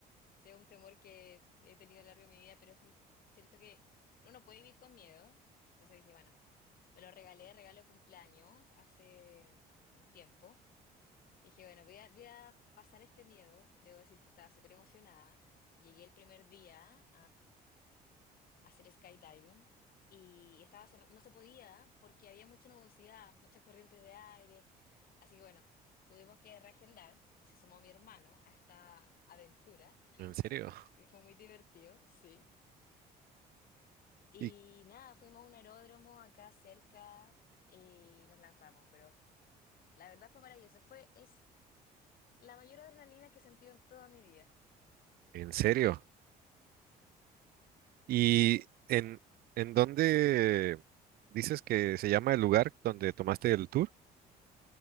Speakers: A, on the left; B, on the right.
A: Sí, Es un temor que he tenido a lo largo de mi vida, pero es que siento que uno no puede vivir con miedo. Entonces dije, bueno, me lo regalé, regalo de cumpleaños hace un tiempo. Y dije, bueno, voy a, voy a pasar este miedo. Debo decir que estaba súper emocionada. Llegué el primer día, hacer skydiving y estaba cerra- no se podía porque había mucha nubosidad, muchas corrientes de aire, así que bueno, tuvimos que reagendar y se sumó mi hermano a esta aventura,
B: ¿En serio?
A: que fue muy divertido, sí. Y
B: ¿Y
A: nada, fuimos a un aeródromo acá cerca y nos lanzamos, pero la verdad fue maravilloso, fue, es la mayor adrenalina que he sentido en toda mi vida,
B: en serio? ¿Y
A: en serio.
B: en, en dónde dices que se llama el lugar donde tomaste el tour?